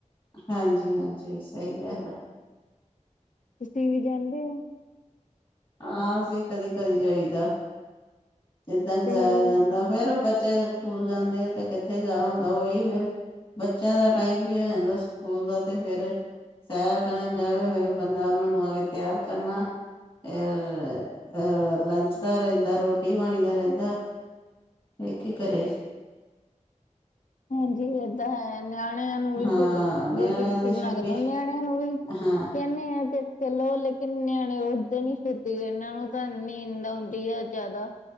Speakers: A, on the left; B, on the left.
A: ਹਾਂਜੀ-ਹਾਂਜੀ। ਸਹੀ ਗੱਲ ਆ।
B: ਤੁਸੀਂ ਵੀ ਜਾਂਦੇ ਓ?
A: ਹਾਂਸੀ, ਕਦੀ-ਕਦੀ ਜਾਇਦਾ ਜਿੱਦਣ
B: ਚਲੋ
A: ਜਾਯਾ ਜਾਂਦਾ। ਫੇਰ ਉਹ ਬੱਚੇ ਸਕੂਲ ਜਾਂਦੇ ਆ ਤੇ ਕਿੱਥੇ ਜਾ ਹੁੰਦਾ ਉਹੀ ਫਿਰ ਬੱਚਿਆਂ ਦਾ ਟਾਈਮ ਵੀ ਹੋ ਜਾਂਦਾ ਸਕੂਲ ਦਾ ਤੇ ਫਿਰ ਸੈਰ ਕਰਨ ਜਾਵੇ ਹੋ ਬੰਦਾ ਉਹਨਾਂ ਨੂੰ ਆ ਕੇ ਤਿਆਰ ਕਰਨਾ। ਫੇਰ ਲੰਚ ਦਾ ਰਹਿੰਦਾ ਰੋਟੀ-ਪਾਣੀ ਦਾ ਰਹਿੰਦਾ। ਤੇ ਕੀ ਕਰੇ?
B: ਹਾਂਜੀ ਇਹ ਤਾਂ ਹੈ। ਨਿਆਣਿਆਂ ਨੂੰ ਵੀ
A: ਹਾਂ
B: ਫਿਰ
A: ਨਿਆਣਿਆਂ
B: ਰੋਟੀ-ਰੁਟੀ
A: ਦੀ ਛੁੱਟੀ
B: ਬਣਾ ਕੇ ਦ ਨਿਆਣਿਆਂ ਨੂੰ ਵੀ
A: ਹਾਂ
B: ਕਹਿੰਣੇ ਆ ਕਿ ਚਲੋ ਲੇਕਿਨ ਨਿਆਣੇ ਉੱਡਦੇ ਨੀ ਛੇਤੀ ਇਹਨਾਂ ਨੂੰ ਤਾਂ ਨੀਂਦ ਆਉਂਦੀ ਆ ਜ਼ਿਆਦਾ।